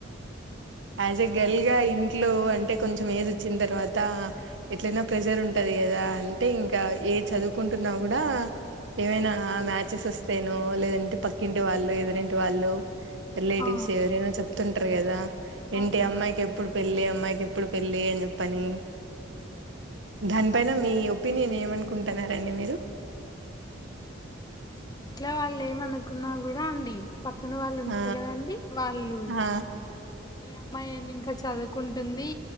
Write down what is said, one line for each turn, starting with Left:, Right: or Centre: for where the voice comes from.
Left: అవునండి
Right: ఆజ్ ఎ గర్ల్ గా ఇంట్లో అంటే కొంచెం ఏజ్ వచ్చిన తర్వాత ఎట్లైనా ప్రెజర్ ఉంటది కదా అంటే ఇంకా ఏ చదువుకుంటున్నా కూడా ఏమైనా మ్యాచెస్ వస్తేనో లేదంటే పక్కింటి వాళ్ళు ఎదురింటి వాళ్ళు రిలేటివ్స్
Left: ఆ
Right: ఎవరైనా చెప్తుంటారు కదా ఇంటి
Left: అవునండి
Right: అమ్మాయికి ఎప్పుడు పెళ్లి అ అమ్మాయికి ఎప్పుడు పెళ్లి అని చెప్పని దానిపైన
Left: అవునండి
Right: మీ ఒపీనియన్ ఏమనుకో కుంటున్నారండి మీరు
Left: ఇంట్లో వాళ్ళు ఏమనుకున్నా కూడా అండి పక్కన వాళ్ళు ఉంటారు
Right: ఆ
Left: కదండి వాళ్ళు
Right: ఆ
Left: అమ్మాయి ఏమి ఇంకా చదువుకుంటుంది